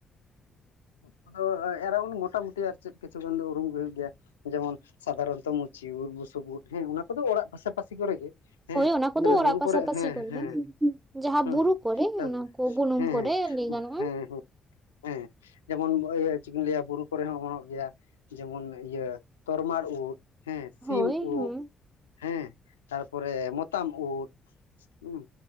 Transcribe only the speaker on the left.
ᱳ ᱳ ᱮᱨᱟᱣᱩᱱᱰ ᱢᱳᱴᱟᱢᱩᱴᱤ ᱟᱨ ᱪᱮᱫ ᱠᱤᱪᱷᱩ ᱜᱟᱱ ᱫᱚ ᱩᱨᱩᱢ ᱜᱮ ᱦᱩᱭᱩᱜ ᱜᱮᱭᱟ᱾ ᱡᱮᱢᱚᱱ ᱥᱟᱫᱷᱟᱨᱚᱱᱛᱚ ᱢᱩᱪᱤ ᱩᱫ ᱵᱩᱥᱩᱵ ᱩᱫ ᱦᱮᱸ ᱚᱱᱟ ᱠᱚᱫᱚ ᱚᱲᱟᱜ ᱯᱟᱥᱟᱯᱟᱥᱤ ᱠᱚᱨᱮᱜ ᱜᱮ ᱦᱮᱸ
ᱛᱚᱵᱮ
ᱵᱩᱨᱩ
ᱠᱚᱨᱮᱜ ᱦᱮᱸ
ᱦᱮᱸ
ᱦᱩᱸ
ᱛᱚ
ᱦᱮᱸ
ᱦᱮᱸ ᱦᱮᱸ ᱦᱮᱸ ᱦᱮᱸ ᱡᱮᱢᱚᱱ ᱤᱭᱟᱹ ᱪᱮᱜᱤᱧ ᱞᱟᱹᱭᱟ ᱵᱩᱨᱩ ᱠᱚᱨᱮ ᱦᱚᱸ ᱚᱶᱚᱜ ᱜᱮᱭᱟ ᱡᱮᱢᱚᱱ ᱤᱭᱟᱹ ᱛᱚᱨᱢᱟᱲ ᱩᱫ᱾ ᱦᱮᱸ ᱥᱤᱢ
ᱩᱜ
ᱦᱮᱸ ᱛᱟᱨᱯᱚᱨᱮ ᱢᱚᱛᱟᱢ ᱩᱫ᱾ ᱩᱸ